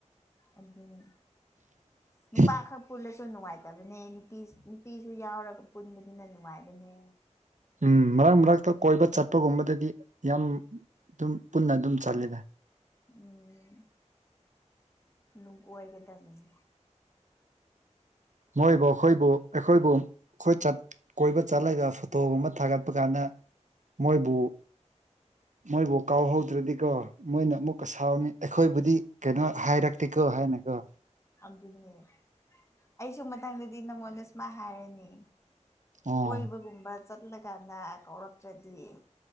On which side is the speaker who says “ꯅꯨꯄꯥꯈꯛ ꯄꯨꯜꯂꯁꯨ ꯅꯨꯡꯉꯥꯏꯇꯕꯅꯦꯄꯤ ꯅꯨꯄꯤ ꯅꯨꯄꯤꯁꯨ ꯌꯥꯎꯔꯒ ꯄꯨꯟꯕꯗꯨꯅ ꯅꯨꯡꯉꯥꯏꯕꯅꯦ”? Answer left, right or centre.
Left